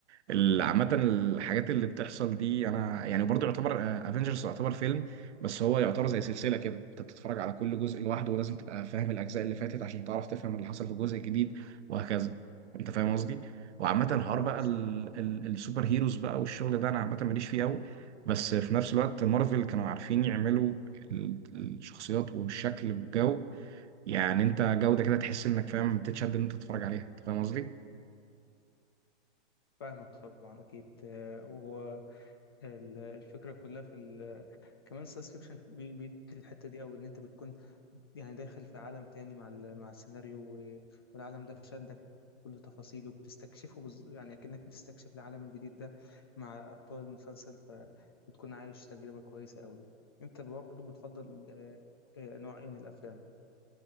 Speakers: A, on the right (about 75°); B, on the left (about 25°).
A: ال- عامة الحاجات اللي بتحصل دي انا يعني برضو يعتبر افنجرز يعتبر فيلم بس هو يعتبر زي سلسلة كده انت بتتفرج على كل جزء لوحده ولازم تبقى فاهم الاجزاء اللي فاتت عشان تعرف تفهم اللي حصل في الجزء الجديد وهكذا انت فاهم قصدي وعامة الحوار
B: اه
A: بقى
B: بالظبط
A: ال- ال- السوبر هيروز بقى والشغل ده انا عامة ماليش فيه قوي بس في نفس الوقت مارفل كانوا عارفين يعملوا ال- الشخصيات والشكل والجو يعني انت جودة كده تحس انك فاهم بتتشد ان انت تتفرج عليها انت فاهم قصدي؟
B: فاهمك طبعا اكيد آه، وهو ال- الفكره كلها في ال... كمان ساينس فيكشن بيدي الحته دي قوي ان انت بتكون يعني داخل في عالم تاني مع ال- مع السيناريو و- والعالم ده شدك بكل تفاصيله بتستكشفه بز... يعني أكنك بتستكشف العالم الجديد ده مع أبطال المسلسل فبتكون عايش تجربة كويسة أوي أنت برضه بتفضل آه، آه، نوع إيه من الأفلام؟